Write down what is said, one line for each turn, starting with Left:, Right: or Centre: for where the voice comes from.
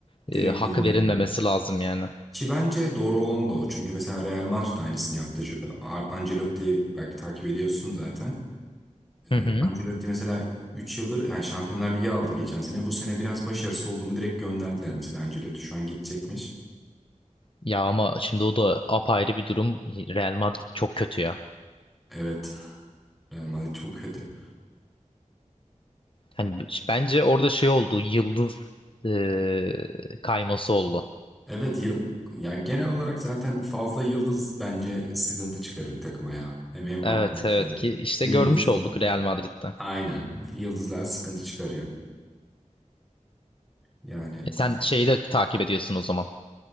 Centre: direkt
Left: e, hak
Centre: gönderiyor.
Left: verilmemesi lazım yani.
Centre: Ki bence doğru olan da o. Çünkü mesela Real Madrid de aynısını yaptı. A- Ancelotti belki takip ediyorsun zaten. Ee,
Left: Hı hı.
Centre: Ancelotti mesela üç yıldır yani Şampiyonlar Ligi aldı geçen sene. Bu sene biraz başarısız oldu mu direkt gönderdiler mesela Ancelotti şu an gidecekmiş.
Left: Ya ama şimdi o da apayrı bir durum. Real Madrid çok kötü ya.
Centre: Evet. Real Madrid çok kötü.
Left: Hani b- bence orada şey oldu. Yıldız eee, kayması oldu.
Centre: Evet yıl, ya genel olarak zaten fazla yıldız bence sıkıntı çıkarır bir takıma ya. Hem Mbappe'si,
Left: Evet evet ki işte
Centre: Vinicius.
Left: görmüş olduk Real Madrid'de.
Centre: Aynen. Yıldızlar sıkıntı çıkarıyor. Yani
Left: E, sen şeyi de takip ediyorsun o zaman.